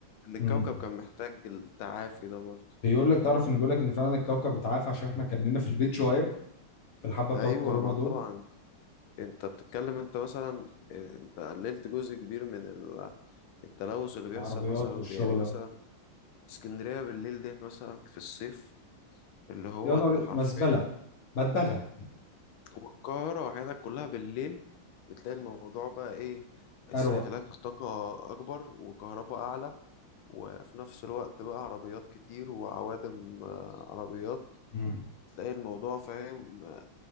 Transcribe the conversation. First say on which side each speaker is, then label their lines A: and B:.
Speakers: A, on the left; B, on the left.
A: ان الكوكب
B: مم.
A: كان محتاج التعافي ده برضو
B: بيقول لك تعرف ان بيقول لك ان فعلا الكوكب بيتعافى عشان احنا كنا في البيت شويه في الحبه بتوع
A: ايوه
B: الكورونا
A: ما
B: دول
A: طبعا انت بتتكلم انت مثلا انت قللت جزء كبير من ال- التلوث اللي بيحصل
B: عربيات
A: مثلا
B: والشغله
A: يعني مثلا اسكندريه بالليل ديت مثلا في الصيف اللي هو
B: يا نهار
A: انت حرفيا
B: مزبله مدبغه
A: والقاهرة وحياتك كلها بالليل بتلاقي الموضوع بقى إيه استهلاك
B: اروق
A: طاقة أكبر وكهرباء أعلى وفي نفس الوقت بقى عربيات كتير وعوادم آه، عربيات
B: مم.
A: تلاقي الموضوع فاهم آه،